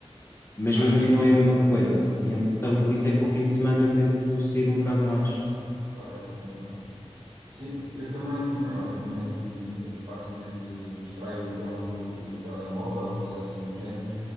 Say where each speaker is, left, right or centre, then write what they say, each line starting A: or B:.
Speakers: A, on the left; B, on the right.
A: Mas
B: Ah,
A: mesmo assim não é
B: tudo,
A: a mesma coisa.
B: tudo bem.
A: E então por isso é que ao fim de semana eu tento sair um bocado mais.
B: Claro, é ótimo, é ótimo. Sim, eu também, também, olha, também eh, facilmente me distraio a jogar um jogo de telemóvel ou coisa assim do género,